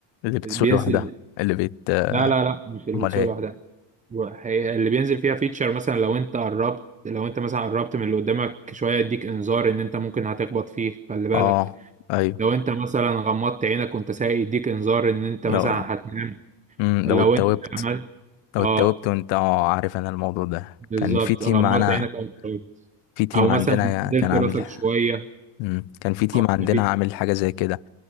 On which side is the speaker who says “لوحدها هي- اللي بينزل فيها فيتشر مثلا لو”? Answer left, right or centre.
Right